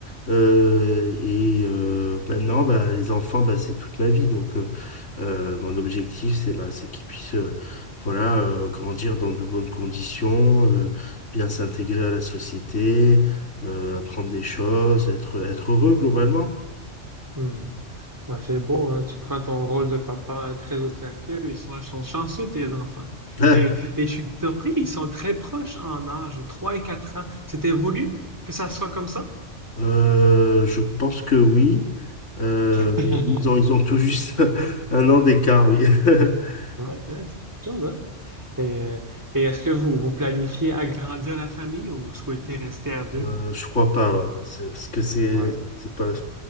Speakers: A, on the left; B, on the right.
A: Euh, et euh, maintenant, bah, les enfants, bah, c'est toute ma vie. Donc, euh, euh, mon objectif, c'est bah, c'est qu'ils puissent euh, voilà, euh, grandir dans de bonnes conditions, euh, bien
B: hmm,
A: s'intégrer à la société euh,
B: hmm,
A: apprendre des choses, être, être heureux globalement.
B: hmm. Bah, c'est beau, hein. Tu prends ton rôle de papa hein, très au sérieux. Ils sont, ils sont chanceux, tes enfants.
A: Ah,
B: Et, et je suis surpris, ils sont très proches en âge, 3 et 4 ans. C'était voulu que ça soit comme ça?
A: euh, je pense que oui, Euh,
B: <laughs>
A: mais ils ont, ils ont tout juste <laughs> un an d'écart, oui. <laughs>
B: Ouais, ouais, c'est quelque chose, hein. Et, euh, et est-ce que vous, vous planifiez agrandir la famille ou vous souhaitez rester à deux?
A: Euh, je crois pas, ouais. C'est- Parce que c'est
B: Ouais.
A: c'est pas